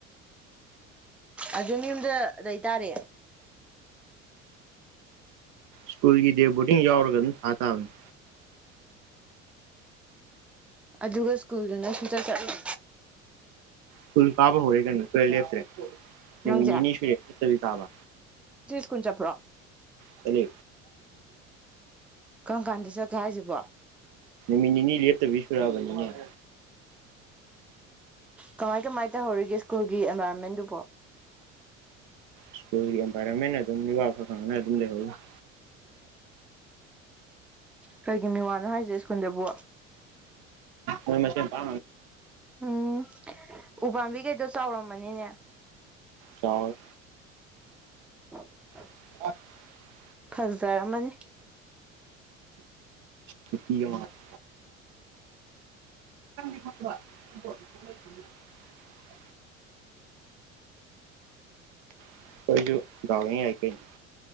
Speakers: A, in the centre; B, on the right.
A: ꯑꯗꯨ ꯌꯨꯝꯗ ꯑꯗꯨꯏꯇꯥꯔꯦ
B: ꯁ꯭ꯀꯨꯜꯒꯤ ꯗꯦ ꯕꯣꯔꯗꯤꯡ ꯌꯥꯎꯔꯒ ꯑꯗꯨꯝ ꯊꯥ ꯇꯥꯕꯅꯤ
A: ꯑꯗꯨꯒ ꯁ꯭ꯀꯨꯜꯗꯨꯅꯁꯨ ꯆꯠꯊꯂ
B: ꯐꯨ ꯁꯥꯥꯕ ꯍꯧꯔꯦ ꯀ ꯇ ꯂꯦ ꯐꯔꯦ ꯅꯃꯤꯅꯤꯅꯤꯦ
A: ꯅꯪꯁꯦ
B: ꯇ ꯀꯥꯕ
A: ꯀꯨꯟ ꯆꯠꯄ꯭ꯔꯣ
B: ꯆꯠꯂꯦ
A: ꯀꯔꯝ ꯀꯥꯟꯗ ꯆꯠꯀꯦ ꯍꯥꯏꯁꯤꯕꯣ
B: ꯃꯤ ꯅꯅꯤ ꯂꯦꯠꯇꯕꯤꯁꯨꯔꯕꯅꯤꯦ
A: ꯀꯃꯥꯏ ꯀꯃꯥꯏ ꯇꯧꯍꯧꯔꯤꯒꯦ ꯁ꯭ꯀꯨꯜꯒꯤ ꯑꯦꯟꯚꯥꯏꯔꯣꯟꯃꯦꯟꯗꯨꯕꯣ
B: ꯁ꯭ꯀꯨꯜꯒꯤ ꯑꯦꯟꯚꯥꯏꯔꯣꯟꯃꯟꯅ ꯑꯗꯨꯝ ꯋꯥ ꯈ ꯈꯪꯅ ꯑꯗꯨꯝ ꯂꯩꯍꯧꯋꯤ <unintelligible>
A: ꯑꯩꯈꯒꯤ ꯃꯤ ꯋꯥꯅꯣ ꯍꯥꯏꯁꯦ ꯁ꯭ꯀꯨꯜꯗꯕꯨ
B: ꯣꯏ ꯃꯁ ꯄ
A: ꯎꯝ ꯎꯄꯥꯝꯕꯤꯈꯩꯗꯣ ꯆꯥꯎꯔꯝꯃꯅꯤꯅꯦ
B: ꯆꯥꯎ
A: <inaudible>
B: <unintelligible>
A: ꯐꯖꯖꯥꯔꯝꯃꯅꯤ
B: ꯀꯨꯀꯤꯒ ꯃꯥꯜꯂꯤ <unintelligible> ꯑꯩꯈ‌ꯣꯏꯁꯨ ꯗꯥꯎ ꯌ‌ꯦꯡ ꯌꯥꯏ ꯀꯩꯅ‌ꯣ